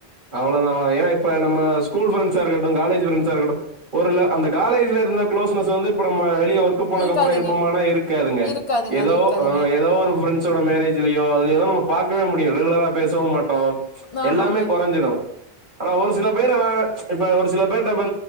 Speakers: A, on the right (about 50°); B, on the left (about 30°).
A: அவ்ளதான்ங்க ஏன் இப்ப நம்ம ஸ்கூல் ஃப்ரண்ட்ஸா இருக்கட்டும் காலேஜ் ஃப்ரெண் ச இருக்கட்டும் ஒரு லெ அந்த காலேஜ்ல இருந்த குளோஸ்னஸ் வந்து இப்ப நம்ம வெளியே ஒர்க் போனக்
B: இருக்காதுங்க
A: அப்புறம் இருப்போமானா இருக்காதுங்க
B: இருக்காதுங்க
A: ஏதோ
B: அது இருக்காதுங்க
A: ஹ் ஏதோ ஒரு பிரண்ட்ஸோட மேரேஜ்லயோ அது ஏதோ நம்ம பாக்கவே முடியாத் ரெகுலரா பேசவு மாட்டோ
B: ஆமாங்க
A: எல்லாமே கொறஞ்சிடு ஆனா ஒரு சில பேர் அவ ப்ச் இப்ப ஒரு சில பேர்ட ப்ப